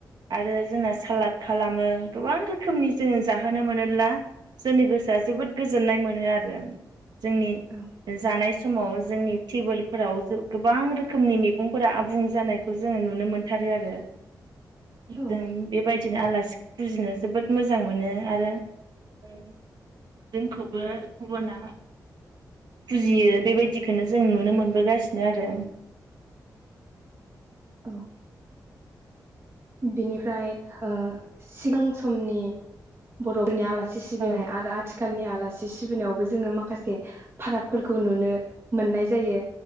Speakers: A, on the right; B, on the right.
A: आरो जोंना सालाद खालामो गोबां रोखोमनि जोङो जाहोनो मोनोब्ला जोंनि गोसोआ जोबोद गोजोननाय मोनो आरो। जोंनि
B: औ
A: जानाय समाव जोंनि टेबोलफोराव गोबां रोखोमनि मैगंफोरा आबुं जानायखौ जोङो नुनो मोनथारो आरो।
B: औ
A: जों बेबायदिनो आलासि फुजिनो जोबोद मोजां मोनो आरो ओ जोंखौबो गुबुना फुजियो। बेबायदिखौनो जों नुनो मोनबोगासिनो आरो।
B: औ। बिनिफ्राय ओ सिगां समनि बर'फोरनि आलासि सि-सिबिनाय
A: औ
B: आरो आथिखालनि आलासि सि सिबिनायावबो जोङो माखासे फाराग फोरखौ नुनो मोननाय जायो,